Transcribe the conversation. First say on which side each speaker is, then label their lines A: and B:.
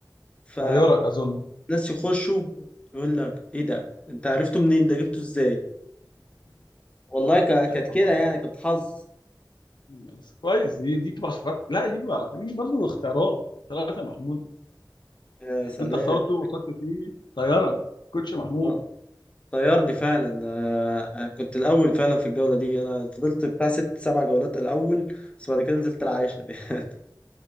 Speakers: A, on the left; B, on the left.
A: ف
B: طيارك اظن
A: ناس يخشوا يقول لك ايه ده انت عرفته منين ده جبته ازاي والله كا- كانت
B: آه،
A: كده يعني كانت حظ
B: بس كويس دي دي بتبقى صفقات لا دي بقى فاهمني برضه اختيارات اختيارات يا محمود
A: يا سلام
B: انت اخترته وصلت فيه طيارك كوتش محمود
A: آه، طيرني فعلا آه، أنا كنت الاول فعلا في الجوله دي انا فضلت بتاع ست سبع جولات الاول بس بعد كده نزلت العاشر <laughs> يعني